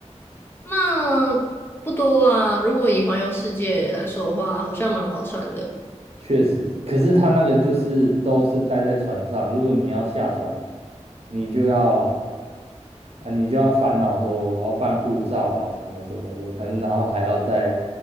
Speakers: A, on the left; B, on the right.
A: 那不多啊。如果以环游世界来说的话，好像蛮划算的。
B: 确实，可是他那个就是都是待在船上，如果你要下船，你就要啊，你就要烦恼说我要办护照啊，什么什么的，很然后还要再，